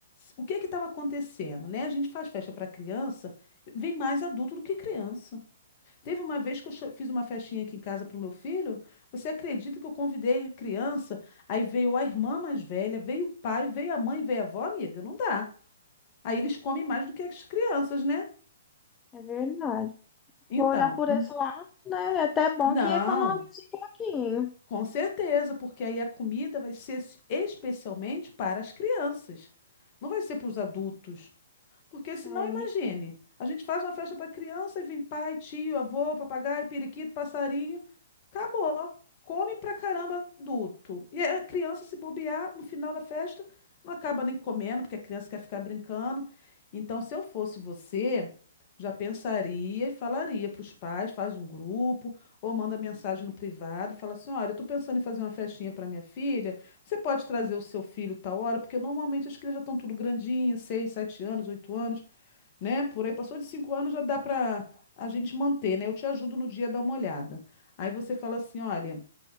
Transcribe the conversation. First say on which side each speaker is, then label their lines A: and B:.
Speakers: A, on the left (about 40°); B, on the left (about 20°).
A: O que que estava acontecendo, né? A gente faz festa para criança, vem mais adulto do que criança. Teve uma vez que eu cha- fiz uma festinha aqui em casa pro meu filho. Você acredita que eu convidei a criança? Aí veio a irmã mais velha, veio o pai, veio a mãe, veio a avó, amiga? Não dá. Aí eles comem mais do que as crianças, né?
B: É verdade.
A: Então,
B: Vou olhar por
A: n-
B: esse lado, né? É até bom
A: não,
B: que economiza um pouquinho.
A: com certeza, porque aí a comida vai ser s- especialmente para as crianças. Não vai ser para os adultos. Porque senão,
B: É,
A: imagine,
B: e-
A: a gente faz uma festa para criança e vem pai, tio, avô, papagaio, periquito, passarinho. Acabou. Come pra caramba adulto. E a criança, se bobear, no final da festa, não acaba nem comendo, porque a criança quer ficar brincando. Então, se eu fosse você, já pensaria e falaria para os pais, faz um grupo, ou manda mensagem no privado, fala assim: olha, eu tô pensando em fazer uma festinha para minha filha. Você pode trazer o seu filho tal hora, porque normalmente as crianças já estão tudo grandinhas, seis, sete anos, oito anos, né? Por aí passou de cinco anos já dá para a gente manter, né? Eu te ajudo no dia a dar uma olhada. Aí você fala assim, olha,